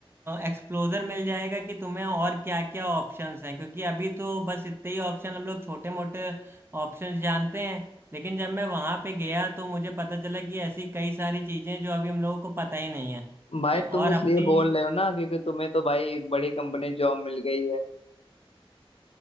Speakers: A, on the right; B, on the left.
A: एक्सप्लोजर मिल जाएगा कि तुम्हें और क्या क्या ऑप्शंस हैं क्योंकि अभी तो बस इतने ही ऑप्शन हम लोग छोटे मोटे ऑप्शंस जानते हैं लेकिन जब मैं वहाँ पे गया तो मुझे पता चला कि ऐसी कई सारी चीज़ें जो अभी हम लोगों को पता ही नहीं है
B: भाई
A: और
B: तुम इसलिए
A: अपनी
B: बोल रहे हो ना क्योंकि तुम्हें तो भाई बड़ी कंपनी जॉब मिल गई है